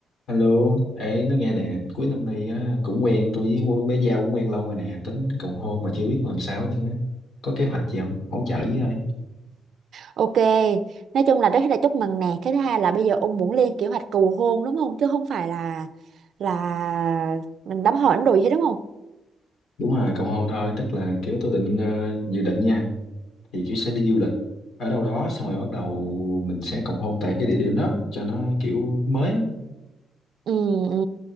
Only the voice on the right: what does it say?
Ok, nói chung là rất là chúc mừng nè. Cái thứ hai là bây giờ ông muốn lên kế hoạch cầu hôn đúng không? Chứ không phải là là mình đám hỏi rồi hết đúng không?
Ừ, ừ.